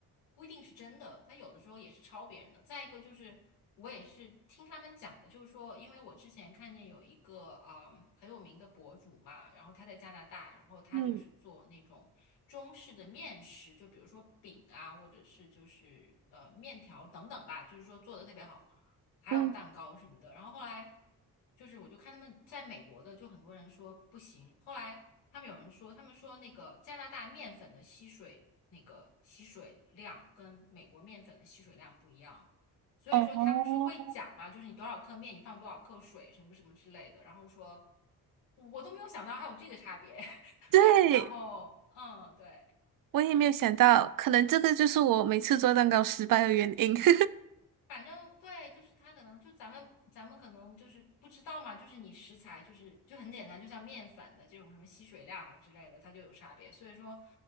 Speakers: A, on the left (about 80°); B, on the right (about 50°).
A: 不一定是真的，他有的时候也是抄别人的。再一个就是，我也是听他们讲的，就是说，因为我之前看见有一个嗯很有名的博主嘛，然后他在加拿大，然后他就是做那种中式的面食，
B: 嗯
A: 就比如说饼啊，或者是就是呃面条等等吧，就是说做的特别好。还有蛋糕什么的。
B: 嗯。
A: 然后后来就是我就看他们在美国的，就很多人说不行。后来他们有人说，他们说那个加拿大面粉的吸水那个吸水量跟美国面粉的吸水量不一样，所以说他不是会讲嘛，
B: 哦，
A: 就是你多少克面你放多少克水什么什么之类的，然后说。我都没有想到还有这个差别，<laughs>
B: 对，
A: 然后嗯，对。
B: 我也没有想到，可能这个就是我每次做蛋糕失败的原因。<laughs>
A: 反正对，就是它可能就咱们咱们可能就是不知道嘛，就是你食材就是就很简单，就像面粉的这种什么吸水量啊之类的，它就有差别。所以说，